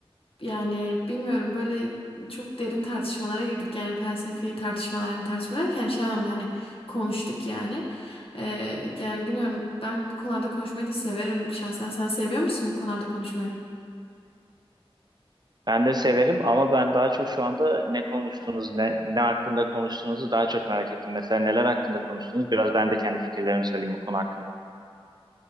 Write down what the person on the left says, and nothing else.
Yani bilmiyorum böyle çok derin tartışmalara girdik yani felsefi tartışmalar yani tartışma derken şey anlamda hani konuştuk yani. Ee, yani bilmiyorum ben bu konularda konuşmayı da severim şahsen. Sen seviyor musun bu konularda konuşmayı?